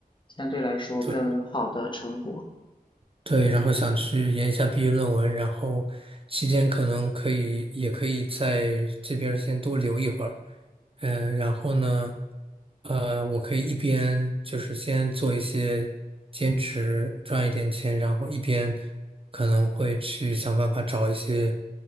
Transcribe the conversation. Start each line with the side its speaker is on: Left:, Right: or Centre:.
Left: 相对来说更好的成果。
Right: 对，对，然后想去研一下毕业论文，然后期间可能可以，也可以在这边儿先多留一会儿，嗯，然后呢，呃，我可以一边就是先做一些兼职，赚一点钱，然后一边可能会去想办法找一些，